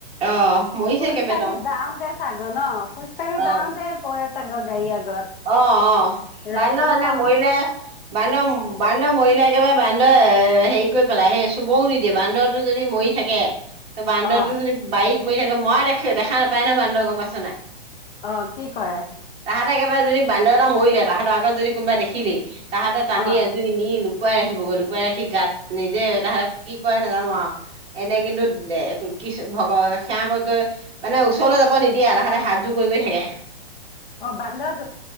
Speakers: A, on the right; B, on the left.
A: অ', মৰিছে
B: খোজ
A: কেইবাটাও।
B: কাঢ়ি যাওঁতে চাগে ন খোজ কাঢ়ি
A: অ',
B: যাওঁতে পয়। ছাগে গাড়ী আগত
A: অ অ
B: ৰাতিখন
A: বান্দৰ এনে মৰিলে বান্দ বান্ধ মৰিলে একেবাৰে বান্দৰ হেৰি কৰি পেলাই সেই চুবও নিদিয়ে বান্দৰটো যদি মৰি থাকে। বান্দৰতো
B: অ
A: যদি বাইত। মৰি থাকে মৰা দেখে দেখা না। পাই ন বান্দৰ গম পাইছ নাই
B: অ কি কয়
A: তাহাঁতে একে। বান্দৰ এটা মৰিলে তাহাঁৰ আগত যদি কোনোবা দেখি তাহাঁতৰ টানি
B: অ
A: আজুৰি নি লুকুৱাই ৰাখিব গৈ লুকুৱাই ৰাখি গাত নিজে তাহাঁত কি কৰে নাজানো আও আৰু এনে কিন্তু কিছ ভগ সেৱা কয়ি কয়ি মানে ওচৰলৈ যাব নিদিয়ে তাহাতে হাত। যোৰ কৰি গৈ থাকে।
B: অ বান্দত